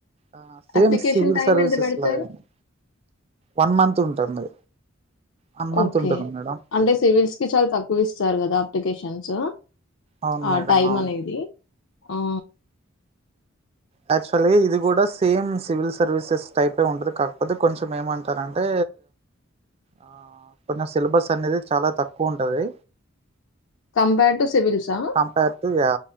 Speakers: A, on the right; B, on the left.
A: ఆ సేమ్
B: అప్లికేషన్
A: సివిల్
B: టైమ్
A: సర్వీసెస్
B: ఎంత బెడతారు?
A: లాగానే వన్ మంత్ ఉంటుంది వన్ మంత్
B: ఓకే
A: ఉంటుంది మేడం
B: అంటే సివిల్స్ కి చాలా తక్కువ ఇస్తారు కదా అప్లికేషన్స్
A: అవును
B: ఆ
A: మేడం
B: టైమ్
A: అవును
B: అనేది ఆ
A: యాక్చువల్గా ఇది కూడా సేమ్ సివిల్ సర్వీసెస్ టైపే ఉంటది కాకపోతే, కొంచెం ఏమంటారంటే ఆ కొంచెం సిలబస్ అనేది చాలా తక్కువ ఉంటది.
B: కంపేర్ టు సివిల్సా ఆ
A: compare to yeah